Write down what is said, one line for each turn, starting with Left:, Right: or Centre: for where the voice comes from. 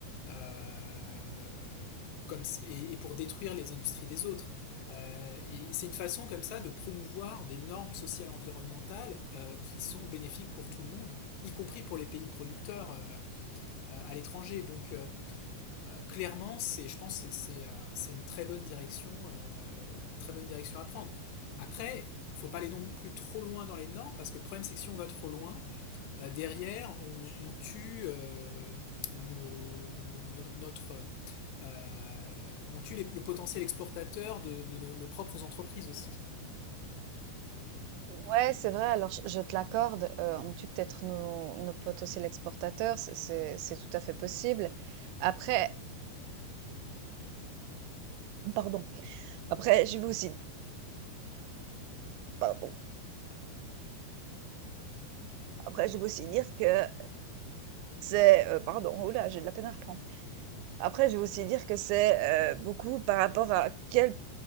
Left: euh, comme, et, et, pour détruire les industries des autres. Euh, et c'est une façon comme ça de promouvoir des normes sociales environnementales euh, qui sont bénéfiques pour tout le monde, y compris pour les pays producteurs euh, euh, à l'étranger. Donc euh, euh, clairement, c'est, je pense que c'est, euh, c'est une très bonne direction, euh, très bonne direction à prendre. Après, il ne faut pas aller non plus trop loin dans les normes, parce que le problème c'est que si on va trop loin, euh, derrière on, on tue euh, nos, nos, nos, notre euh, on tue les- le potentiel exportateur de, de nos, nos propres entreprises aussi.
Right: Ouais, c'est vrai, alors je je te l'accorde, heu, on tue peut-être nos nos potes aussi l'exportateur, c'est c'est c'est tout à fait possible. Après Pardon. Après, je vais aussi pardon. Après, je vais aussi dire que c'est, heu, pardon, oh là, j'ai de la peine à reprendre. Après, je vais aussi dire que c'est, heu, beaucoup par rapport à quel